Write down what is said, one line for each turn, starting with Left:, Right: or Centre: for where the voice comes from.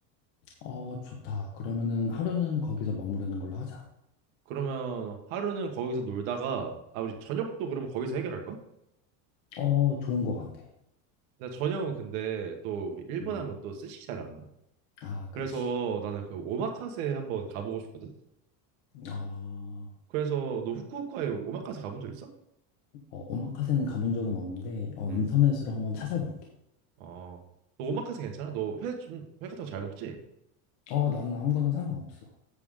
Left: 어, 좋다. 그러면은 하루는 거기서 머무르는 걸로 하자.
Right: 그러면 하루는 거기서 놀다가 아 우리 저녁도 그러면 거기서 해결할 거야?
Left: 어, 좋은 것 같아.
Right: 나 저녁은 근데 또 우리 일본
Left: 음.
Right: 하면 또 스시잖아.
Left: 아, 그치.
Right: 그래서 나는 그 오마카세 한번 가보고 싶거든.
Left: 어,
Right: 그래서 너 후쿠오카에 오마카세 가본 적 있어?
Left: 어, 오마카세는 가본 적은 없는데, 어,
Right: 음.
Left: 인터넷으로 한번 찾아볼게.
Right: 어. 너 오마카세 괜찮아? 너 회 좀 회 같은 거 잘 먹지?
Left: 어, 난 아무거나 상관없어.